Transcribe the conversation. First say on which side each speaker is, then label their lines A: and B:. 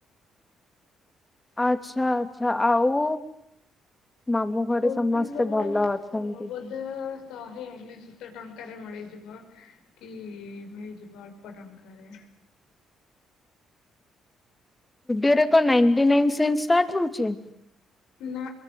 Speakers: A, on the left; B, on the left.
A: ଆଚଛା ଆଚଛା ଆଉ। ମାମୁଁ ଘରେ
B: କୁର୍ତ୍ତିୀ
A: ସମସ୍ତେ
B: ସବୁ
A: ଭଲ ଅଛନ୍ତି।
B: ବୋଧେ ଶହେ ଅନେସତ ଟଙ୍କାରେ ମିଳିଯିବ କି ମିଳିଯିବ ଅଳ୍ପ ଟଙ୍କାରେ
A: ଓରେ କଣ ନାଇଟି ନ ସି ଷ୍ଟା ଟ ହଉଛି।
B: ନା